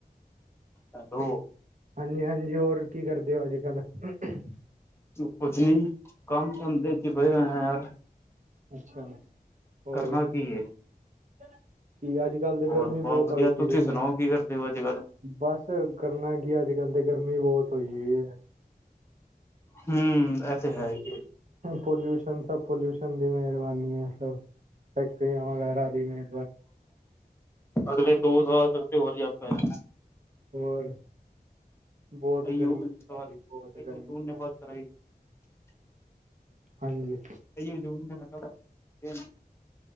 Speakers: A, on the left (about 15°); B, on the right (about 50°).
A: ਹੈਲੋ।
B: ਹਾਂਜੀ- ਹਾਂਜੀ ਹੋਰ ਕੀ ਕਰਦੇ ਹੋ ਅੱਜ -ਕੱਲ੍ਹ
A: ਕੁਝ ਨੀ ਕੰਮ ਧੰਦੇ ਚ ਪਏ ਹੋਏ ਆ ਯਾਰ
B: ਅੱਛਾ। ਹੋਰ
A: ਕਰਨਾ ਕੀ ਏ।
B: ਕੀ ਅੱਜ -ਕੱਲ੍ਹ ਤੇ
A: ਹੋਰ
B: ਗਰਮੀ ਬਹੁਤ
A: ਵਧੀਆ
B: ਹੋਈ
A: ਤੁਸੀਂ
B: ਪਈ
A: ਸੁਣਾਓ
B: ਏ
A: ਕੀ ਕਰਦੇ ਹੋ ਅੱਜ ਕੱਲ
B: ਬਸ ਕਰਨਾ ਕੀ ਅੱਜ ਕੱਲ੍ਹ ਤੇ ਗਰਮੀ ਬਹੁਤ ਹੋਈ- ਹੋਈ ਵੀ ਐ।
A: ਹਮ ਇਹ ਤੇੇ ਹੈ ਈ ਏ
B: ਪੋਲਿਊਸ਼ਨ ਸਭ ਪੋਲਿਊਸ਼ਨ ਦੀ ਮਿਹਰਬਾਨੀ ਹੈ ਸਭ ਫੈਕਟਰੀਆਂ ਵਗੈਰਾ ਦੀ ਜਿਵੇਂ
A: ਅਗਲੇ ਦੋ ਸਾਲ ਤੱਕ ਤੇ ਹੋਰ ਜੱਬ ਪੈ ਜਾਣਾ।
B: ਹੋਰ
A: <unintelligible>
B: ਬਹੁਤ ਗਰਮੀ ਪੈ ਰਹੀ ਬਹੁਤ ਗਰਮੀ ਪੈ ਰਹੀ
A: <unintelligible>
B: ਹਾਂਜੀ